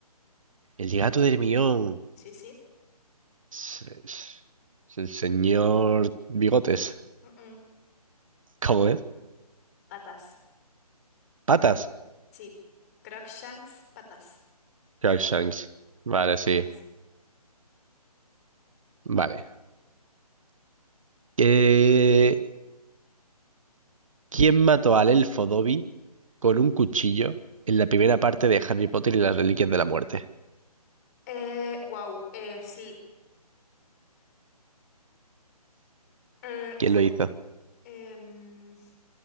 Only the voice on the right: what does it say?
El gato del millón.
es se- El señor Bigotes.
¿Cómo es?
Patas.
Crookshanks.
Vale,
sí. Vale. Eh, ¿quién mató al elfo Dobby con un cuchillo en la primera parte de Harry Potter y las Reliquias de la Muerte?
¿Quién
lo hizo?